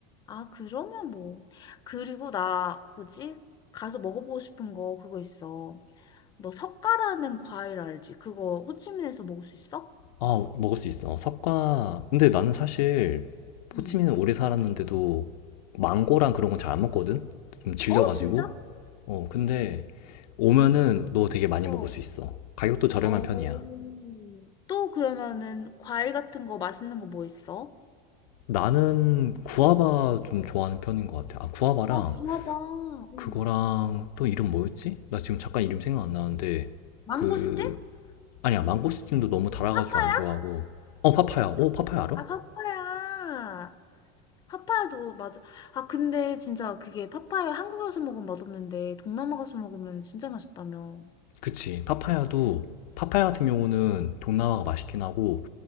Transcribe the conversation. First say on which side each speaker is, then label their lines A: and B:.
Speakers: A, on the left; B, on the left.
A: 아, 그러면 뭐. 그리고 나, 그지? 가서 먹어보고 싶은 거 그거 있어. 너 석가라는 과일 알지? 그거 호치민에서 먹을 수 있어?
B: 아, 먹을 수 있어. 석과. 근데 나는 사실
A: 응.
B: 호치민은 오래 살았는데도 망고랑 그런 건 잘 안 먹거든? 좀 질려가지고.
A: 어, 진짜?
B: 어, 근데 오면은 너 되게 많이
A: 어.
B: 먹을 수 있어. 가격도 저렴한
A: 어.
B: 편이야.
A: 또 그러면은 과일 같은 거 맛있는 거 뭐 있어?
B: 나는 구아바 좀 좋아하는 편인 것 같아. 아, 구아바랑
A: 아, 구워봐. 응.
B: 그거랑 또 이름 뭐였지? 나 지금 잠깐 이름 생각 안 나는데
A: 망고스틴?
B: 그 아니야 망고스틴도 너무 달아가지고
A: 파파야?
B: 안 좋아하고 어 파파야.
A: 파-
B: 어 파파야 알아?
A: 아, 파파야. 파파야도 맞아. 아, 근데 진짜 그게 파파야 한국에 와서 먹으면 맛없는데 동남아 가서 먹으면 진짜 맛있다며.
B: 그치. 파파야도, 파파야 같은 경우는 동남아가 맛있긴 하고,